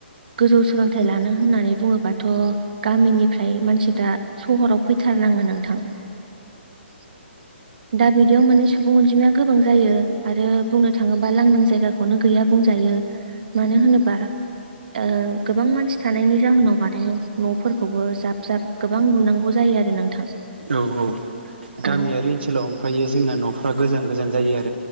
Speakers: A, on the right; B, on the right.
A: <unintelligible> गोजौ सोलोंथाइ लानो होननानै बुङोबाथ' गामिनिफ्राय मानसिफ्रा सहराव फैथारनाङो नोंथां
B: <unintelligible>
A: दा बिदियाव माने सुबुं अनजिमाया गोबां जायो आरो बुंनो थाङोबा लांदां जायगाखौनो गैया बुंजायो मा नो होनोबा
B: <unintelligible>
A: ओ गोबां मानसि थानायनि जाहोनाव माने न'फोरखौबो जाब जाब गोबां लुनांगौ जायो आरो नोंथां
B: औ औ गामियारि
A: औ
B: ओनसोलाव ओमफ्रायायो जोंना न'फ्रा गोजान गोजान जायो आरो ।